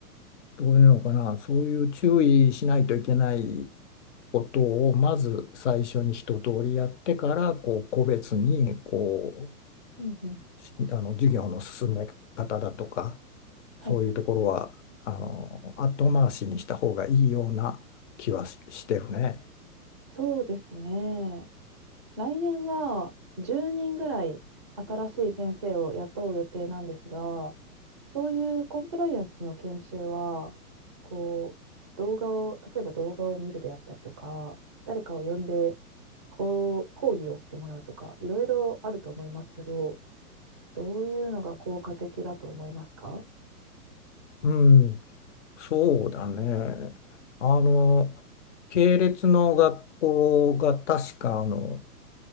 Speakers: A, on the left; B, on the right.
A: どういうのかなそういう注意しないといけないことをまず最初に一通りやってからこう個別にこ
B: うんうん。
A: うあの授業の進め方だとか
B: はい。
A: そういうところはあの後回しにした方がいいような気はししてるね。
B: そうですね。来年は10人ぐらい新しい先生を雇う予定なんですが、そういうコンプライアンスの研修は、こう、動画を、例えば動画を見るであったりとか、誰かを呼んで、こう、講義をしてもらうとか、いろいろあると思いますけど、どういうのが効果的だと思いますか
A: うん、そうだね。あの系列の学校が確かあの